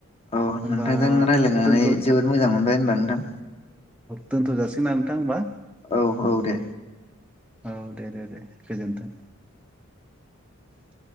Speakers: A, on the left (about 25°); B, in the centre.
A: औ
B: होमबा
A: नोंथांजों रायज्लायनानै
B: दोनथ'
A: जोबोद मोजां मोनबाय होनबा नोंथां।
B: दोन्थ'जासिगोन ना नोंथां होमबा?
A: औ औ दे
B: औ दे दे दे गोजोन्थों। <inaudible>